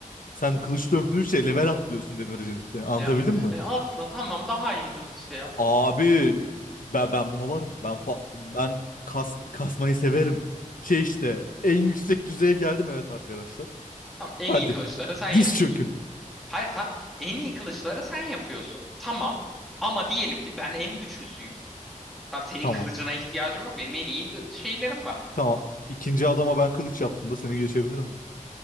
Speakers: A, on the left (about 85°); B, in the centre.
A: Sen kılıç döktüğünce level atlıyorsun demircilikte. Anlatabildim
B: Ya,
A: mi?
B: e, e, atla tamam daha iyi kılıç şey yap.
A: Abi ben, ben buna varım. Ben fa- ben kas, kasmayı severim. Şey işte en yüksek düzeye geldim evet arkadaşlar.
B: Tamam en
A: Hadi.
B: iyi kılıçları sen yapıyorsun.
A: Diz çökün.
B: Hayır tam en iyi kılıçları sen yapıyorsun. Tamam. Ama diyelim ki ben en güçlüsüyüm. Tam senin
A: Tamam.
B: kılıcına ihtiyacım yok. Benim en iyi de- şeylerim var.
A: Tamam. İkinci adama ben kılıç yaptım da seni geçebilir ama.